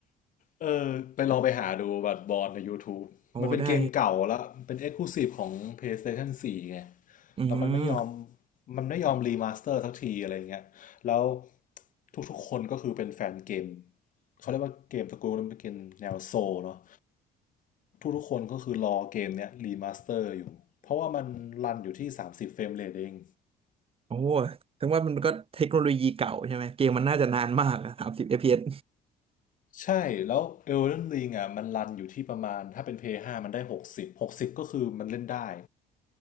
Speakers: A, on the left; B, on the right.
A: เออไปลองไปหาดูบัตรบอลใน YouTube
B: โอ้ได้
A: มันเป็นเกมเก่าแล้วเป็น Exclusive ของ PlayStation 4ไง
B: อืม
A: แล้วมันไม่ยอมมันไม่ยอมรีมาสเตอร์สักทีอะไรเงี้ยแล้วทุกๆคนก็คือเป็นแฟนเกมเขาเรียกว่าเกมสกูลนั้นเป็นเกมแนวโซลเนาะทุกๆคนก็คือรอเกมเนี้ยรีมาสเตอร์อยู่เพราะว่ามันรันอยู่ที่30เฟรมเรทเอง
B: โอ้ถึงว่ามันก็เทคโนโลยีเก่าใช่ไหมเกมมันน่าจะนานมากอะสามสิบ FPS
A: ใช่แล้ว Elden Ring อ่ะมันรันอยู่ที่ประมาณถ้าเป็นพีเอสห้ามันได้หกสิบหกสิบก็คือมันเล่นได้